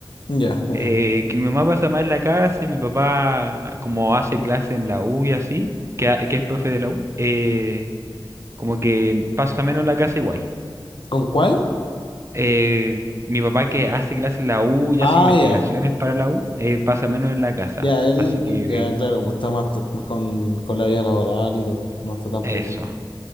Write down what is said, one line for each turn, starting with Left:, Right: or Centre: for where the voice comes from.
Left: Ya, bueno.
Right: eh, que mi mamá pasa más en la casa y mi papá, ah, como hace clase en la U y así, que, ha- que es profe de la U, eh, como que pasa menos en la casa igual.
Left: ¿Con cuál?
Right: Eh, mi papá que hace clase en la U y
Left: Ah,
Right: hace investigaciones
Left: ya.
Right: para la U, eh, pasa menos en la casa.
Left: Ya, él,
Right: Así que
Left: él- Ya, claro, pues está más t- con, con la vida laboral y todo. No está tan
Right: eso.
Left: presente.